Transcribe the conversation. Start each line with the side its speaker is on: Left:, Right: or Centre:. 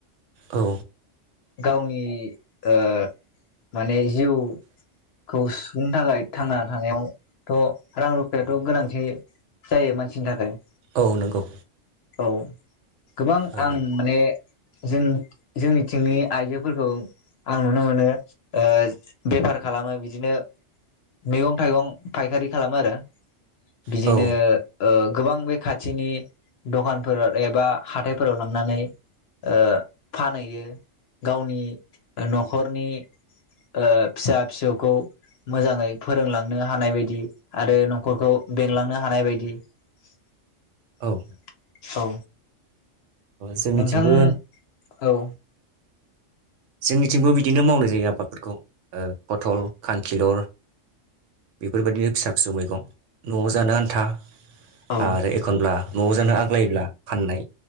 Right: औ
Left: गावनि ओ माने जिउखौ सुफुंनो थाखाय थांना थानायावथ रां रुफायाथ गोनांथि जायो मानसिनि थाखाय
Right: औ नंगौ
Left: औ गोबां
Right: ओ
Left: आं माने जों जोंनिथिंनि आइजोफोरखौ आं नुनो मोनो ओ बेफार खालामो बिदिनो मैगं थाइगं फायखारि खालामो आरो बिदिनो
Right: औ
Left: ओ गोबां बे खाथिनि दखानफोराव एबा हाथायफोराव लांनानै ओ फानहैयो गावनि नखरनि ओ फिसा फिसौखौ मोजाङै फोरोंलांनो हानाय बायदि आरो नखरखौ बेंलांनो हानाय बायदि औ
Right: ओ जोंनिथिंबो
Left: नोंथां औ
Right: जोंनिथिंबो बिदिनो मावनाय जायो आबादफोरखौ ओ पथल
Left: औ
Right: खानखिलर बेफोरबायदिनो फिसा फिसौ मैगं नआव जानो आन्था
Left: औ
Right: आरो एखनब्ला न'आव जानो आग्लायोब्ला फाननाय